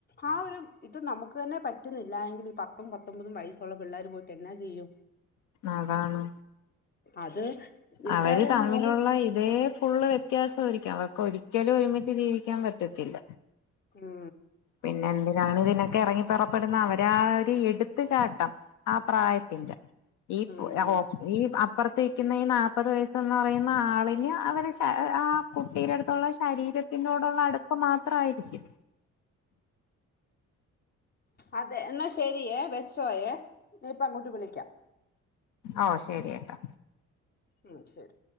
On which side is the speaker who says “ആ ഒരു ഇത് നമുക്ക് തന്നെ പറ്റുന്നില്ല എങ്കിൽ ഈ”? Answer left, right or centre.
Left